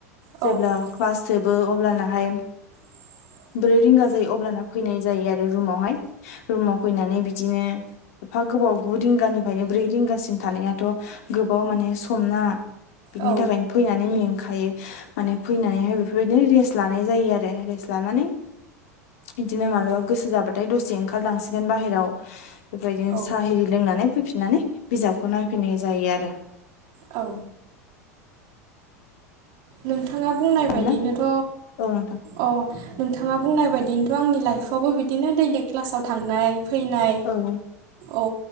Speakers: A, on the right; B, on the left.
A: औ
B: जेब्ला क्लस्द जोबो अब्लानाहाय
A: <inaudible>
B: ब्रै रिंगा जायो अब्लाना फैनाय जायो आरो रुमावहाय रुमाव फैनानै बिदिनो एफा गोबाव गु रिंगानिफ्रायनो ब्रै रिंगासिम थानायाथ' गोबाव माने समना बिनि
A: औ
B: थाखायनो फैनानै मेंखायो माने फैनानैहाय बेफोरबायदिनो रेस्ट लानाय जायो। जै आरो रेस लानानै बिदिनो मालाबा गोसो जाबाथाय दसे ओंखारलांसिगोन बाहेराव बेबायदिनो
A: औ
B: साहा लोंनानै फैफिननानै बिजाबखौ नायफैनाय जायो आरो।
A: औ नोंथाङा बुंनाय
B: सानदों
A: बायदिनोथ'
B: औ नोंथां
A: अ नोंथाङा बुंनाय बायदि बिनथ' आंनि लाइफआवबो बिदिनो दैलि क्लासाव थांनाय फैनाय
B: औ
A: औ।